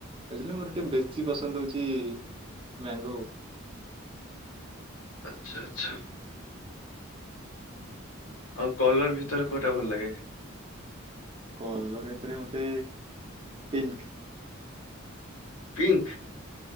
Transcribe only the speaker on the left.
ଆଛା ଆଛା।
ଆଉ କଲର ଭିତରେ କୋଉଟା ଭଲ ଲାଗେ?
ପିଙ୍କ୍